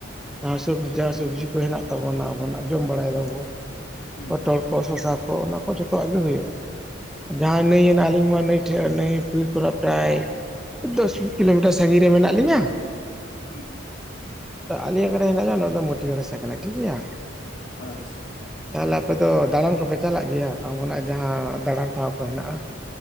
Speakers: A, in the centre; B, on the left.
A: ᱡᱟᱦᱟᱸ ᱥᱚᱵ ᱡᱟᱦᱟᱸ ᱥᱚᱵᱡᱤ ᱪᱟᱥ ᱡᱟᱦᱟᱸ ᱦᱮᱱᱟᱜ ᱛᱟᱵᱚᱱᱟ ᱟᱵᱚᱱᱟᱜ ᱡᱚᱢ ᱵᱟᱲᱟᱭ ᱫᱟᱵᱚ,
B: ᱦᱩᱸ
A: ᱯᱚᱴᱚᱞ ᱠᱚ, ᱥᱚᱥᱟ ᱠᱚ ᱚᱱᱟ ᱠᱚ ᱡᱚᱛᱚᱣᱟᱜ ᱜᱮ ᱦᱩᱭᱩᱜᱼᱟ᱾ ᱡᱟᱦᱟᱸ
B: ᱚ
A: ᱱᱟᱹᱭ ᱦᱮᱱᱟᱜᱼᱟ ᱠᱤᱱᱵᱟ ᱱᱟᱹᱭ ᱴᱷᱮᱡ ᱱᱟᱹᱭ ᱯᱤᱲ ᱠᱷᱚᱱᱟᱜ ᱯᱨᱟᱭ ᱫᱚᱥ ᱠᱤᱞᱳᱢᱤᱴᱟᱨ ᱥᱟᱺᱜᱤᱧ ᱨᱮ ᱢᱮᱱᱟᱜ ᱞᱤᱧᱟ,
B: ᱦᱩᱸ᱾
A: ᱛᱚ ᱟᱞᱤᱧ ᱟᱠᱟᱨᱮ ᱦᱮᱱᱟᱜ ᱞᱤᱧᱟ ᱱᱚᱣᱟ ᱫᱚ ᱢᱟᱹᱴᱤᱭᱟᱹᱲ ᱦᱟᱥᱟ ᱠᱟᱱᱟ ᱴᱷᱤᱠ ᱜᱮᱭᱟ᱾
B: ᱟᱪᱪᱷᱟ᱾
A: ᱛᱟᱦᱚᱞᱮ ᱟᱯᱮ ᱫᱚ ᱫᱟᱬᱟᱱ ᱠᱚᱯᱮ ᱪᱟᱞᱟᱜ ᱜᱮᱭᱟ ᱟᱵᱚᱱᱟᱜ ᱡᱟᱦᱟᱸ ᱫᱟᱬᱟᱱ ᱴᱷᱟᱶ ᱠᱚ ᱦᱮᱱᱟᱜᱼᱟ?